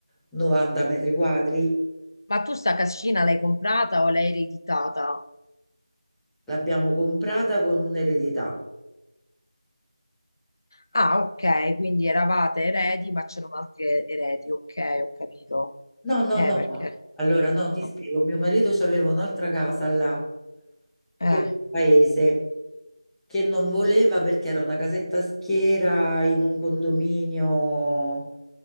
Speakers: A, in the centre; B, on the left.
A: 90 metri quadri.
B: Ma tu sta cascina l'hai comprata o l'hai ereditata?
A: L'abbiamo comprata con un'eredità.
B: Ah, ok, quindi eravate eredi, ma c'erano altri e- eredi, ok, ho capito.
A: No, no,
B: Eh,
A: no.
B: perché?
A: no. Allora no, ti
B: no.
A: spiego. Mio marito aveva un'altra casa là,
B: Eh,
A: per il paese, che non voleva perché era una casetta a schiera in un condominio,